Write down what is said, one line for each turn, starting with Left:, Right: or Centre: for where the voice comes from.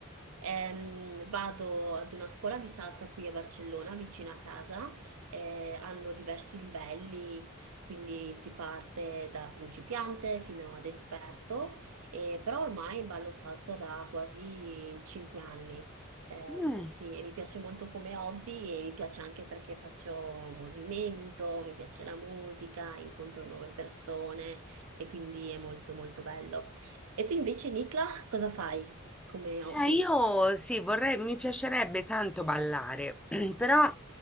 Right: Ehm, vado ad una scuola di salsa qui a Barcellona, vicino a casa. Eh, hanno diversi livelli, quindi si parte da principiante fino ad esperto, Eh, però ormai ballo salsa da quasi 5 anni. Ehm,
Centre: Mm.
Right: sì, e mi piace molto come hobby e mi piace anche perché faccio movimento, mi piace la musica, incontro nuove persone e quindi è molto molto bello. E tu invece, Nicla, cosa fai come hobby?
Centre: Eh, io sì, vorrei, mi piacerebbe tanto ballare, <clears throat> però